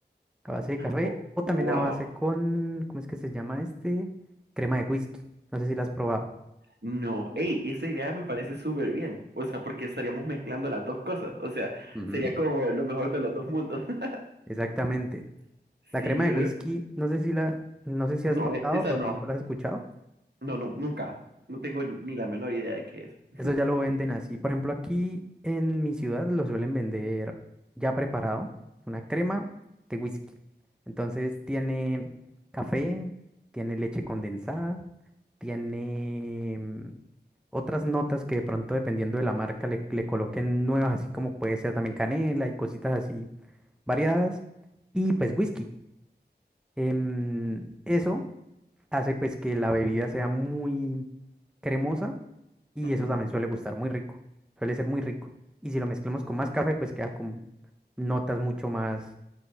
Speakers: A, in the centre; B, on the right (about 75°).
A: a base de café
B: Wo-
A: o también
B: Wow.
A: a base con, ¿cómo es que se llama este? Crema de whisky. No sé si la has probado.
B: No, hey, esa idea me parece súper bien. O sea, porque estaríamos mezclando las dos cosas. O sea,
A: Ujú.
B: sería como lo mejor de los dos mundos. <laughs>
A: Exactamente. La
B: Sí,
A: crema de
B: eh,
A: whisky, no sé si la, no sé si has
B: no,
A: notado
B: eh, esa
A: o de
B: no.
A: pronto la has escuchado.
B: No, no, nunca. No tengo ni la menor idea de qué es.
A: Eso ya lo venden así. Por ejemplo, aquí en mi ciudad lo suelen vender ya preparado, una crema de whisky. Entonces tiene café, tiene leche condensada, tiene mm, otras notas que de pronto dependiendo de la marca le, le coloquen nuevas, así como puede ser también canela y cositas así variadas. Y pues whisky. Em, eso hace pues que la bebida sea muy cremosa y
B: Ujú.
A: eso también suele gustar muy rico, suele ser muy rico. Y si lo mezclamos con más café, pues queda con notas mucho más